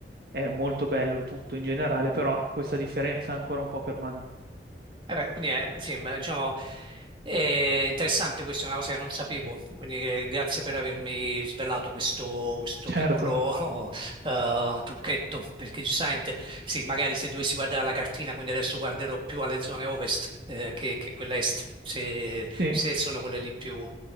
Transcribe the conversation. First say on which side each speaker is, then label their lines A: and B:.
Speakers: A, on the right (about 55°); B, on the right (about 30°).
A: è molto bello tutto in generale, però questa differenza ancora un po' permane.
B: Eh, beh, quindi eh, sì, ma, diciamo, è interessante, questa è una cosa che non sapevo, quindi eh, grazie per avermi svelato questo, questo piccolo
A: Certo,
B: <laughs> eh, trucchetto, perché giustamente, sì, magari se dovessi guardare la cartina, quindi adesso guarderò più alle zone ovest eh, che, che quelle est, se,
A: sì.
B: se sono quelle lì più